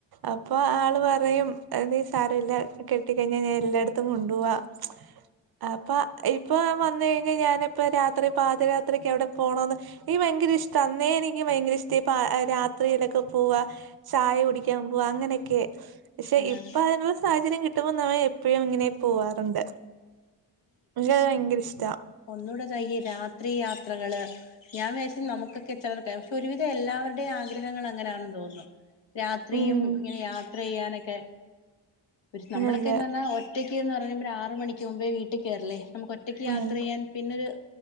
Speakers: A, on the right; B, on the left.
A: അപ്പൊ ആള് പറയും എനീ സാരല്ല കെട്ടിക്കഴിഞ്ഞാ ഞാനെല്ലാടത്തും കൊണ്ടോവാ. <inaudible> അപ്പ ഇപ്പൊ ഞാവന്ന് കഴിഞ്ഞയ്ഞ്ഞ ഞാന്പ്പ രാത്രി പ്പാതിരാത്രിക്കെവ്ടെ പോണോന്ന് <inaudible> ഈ ഭയങ്കരിഷ്ട അന്നേ എനിക്ക് ഭയങ്കരിഷ്ട ഇപ്പ അ രാത്രിയിലൊക്ക പോവാ. ച്ചായ കുടിക്കാം പോവ അങ്ങനെക്കെ. എക്ഷെ
B: ആഹ്
A: ഇപ്പതിനുള് സാഹചര്യം കിട്ടുമ്പം <unintelligible> എപ്പഴും ഇങ്ങനെ പോവാറുണ്ട്. <inaudible> യങ്കരിഷ്ടാ
B: ഒന്നൂട <inaudible> രാത്രീ യാത്രകള്. ഞാം <unintelligible> നമുക്കൊക്കെ <unintelligible> ഷെ ഒരുവിതെ എല്ലാവര്ടെം ആഗ്രഹങ്ങളങ്ങനാണെന്ന് ‌ തോന്നു. രാത്രിയും
A: ഉം
B: ങ്ങനെ യാത്രെയ്യാനൊക്കെ <inaudible> നമ്മളൊക്കെന്ന്
A: അതെ
B: <unintelligible> റ്റയ്ക്ക്ന്ന്റയുമ്പരാറ് മണിക്ക് മുമ്പേ വീട്ടി ക്കേറില്ലേ നമുക്കൊറ്റയ്ക്ക് യാത്രെയ്യാൻ.
A: അതെ
B: പിന്നൊര്